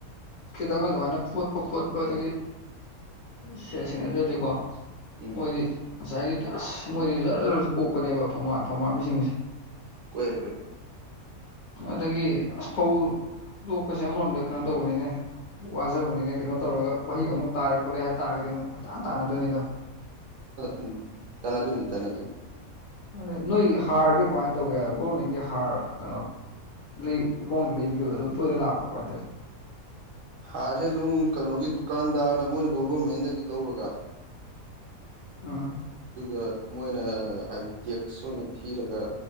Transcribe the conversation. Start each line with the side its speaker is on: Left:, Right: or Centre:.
Left: ꯈꯤꯇꯪ ꯑꯗꯨꯃꯥꯏꯅ ꯐꯣꯠꯄ ꯈꯣꯠꯄ ꯗꯒꯤ ꯁꯦ ꯁ‌ꯦꯟꯅꯗ꯭ꯔꯗꯤꯀꯣ
Right: ꯎꯝ
Left: ꯃꯣꯏꯗꯤ ꯉꯁꯥꯏꯒꯤ ꯀꯁ ꯃꯣꯏꯗꯤ ꯖꯔ ꯖꯣꯔꯔꯁꯨ ꯄꯣꯛꯄꯅꯦꯕ ꯐꯧꯃꯥꯟ ꯐꯧꯃꯥꯟꯕꯁꯤꯡꯁꯦ
Right: ꯀꯣꯑꯦ ꯀ‌ꯣꯑꯦ
Left: ꯑꯗꯒꯤ ꯑꯁ ꯐꯧ ꯂꯣꯛꯄꯁꯦ ꯑꯃꯔꯣꯝꯗ ꯀꯩꯅꯣ ꯇꯧꯕꯅꯤꯅꯦ ꯋꯥꯖꯕꯅꯤꯅ‌ꯦ ꯀꯩꯅꯣ ꯇꯧꯔꯒ ꯋꯥꯍꯩ ꯑꯃꯨꯛ ꯇꯥꯔꯦ ꯈꯣꯠꯂꯦ ꯍꯥꯏꯇꯥꯥꯔꯒꯗꯤ ꯑꯃꯨꯛ ꯀ‌ꯣꯏꯇꯥꯟ ꯇꯥꯟꯅꯗꯣꯏꯅꯤꯗꯣ
Right: ꯎꯝ ꯇꯥꯟꯅꯥꯗꯨꯏꯅꯤ ꯇꯥꯟꯅꯗꯨꯏꯅꯤ
Left: ꯑꯗꯩ ꯅꯣꯏ ꯍꯥꯔꯗꯤ ꯀꯃꯥꯏ ꯇꯧꯒꯦ ꯒꯣꯔꯃꯦꯟꯒꯤ ꯍꯥꯔ ꯔ‌ꯣ ꯀꯩꯅꯣ ꯂꯩ ꯍꯣꯡꯅ ꯂꯩꯕꯤꯗ‌ꯣ ꯑꯗꯨꯝ ꯇꯣꯏꯅ ꯂꯥꯛꯄ꯭ꯔ‌ꯣ ꯀꯃꯥꯏ ꯇꯧꯏ
Right: ꯍꯥꯔꯁꯦ ꯑꯗꯨꯝ ꯀꯩꯅꯣꯒꯤ ꯗꯨꯀꯥꯟꯗꯥꯔꯅ ꯃꯣꯏꯅ ꯒꯣꯕꯔꯃꯦꯟꯗꯒꯤ ꯂꯧꯔꯒ
Left: ꯑꯥ
Right: ꯑꯗꯨꯒ ꯃꯣꯏꯅ ꯍꯥꯏꯗꯤ ꯇꯦꯛ꯭ꯁ ꯑꯣꯏꯅ ꯊꯤꯔꯒ